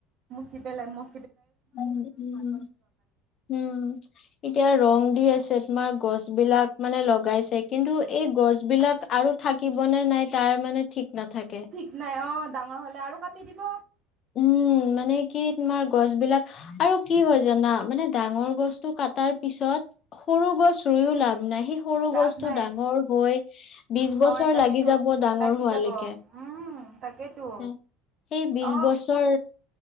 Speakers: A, on the right; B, on the left.
A: সি পেলায় ম
B: উ', উ', উম', এতিয়া ৰং দি আছে। তোমাৰ গছ বিলাক মানে লগাইছে। কিন্তু এই গছ বিলাক আৰু থাকিবনে নাই তাৰ মানে ঠিক নাথাকে।
A: ঠিক নাই অ ডাঙৰ হ'লে আৰু কাটি দিব।
B: উম', মানে কি তোমাৰ গছ বিলাক। আৰু কি হয় জানা। মানে ডাঙৰ গছটো কাটাৰ পিছত। সৰু গছ ৰুইও লাভ নাই। স সৰু
A: লাভ
B: বস্তু
A: নাই
B: ডাঙৰ হৈ বি
A: হয়
B: বছৰ
A: তাকেতো
B: লাগি যাব ডাঙৰ
A: লাগি
B: হোৱালৈকে
A: যাব উম তাকেতো
B: হ সেই বি
A: অ
B: বছৰ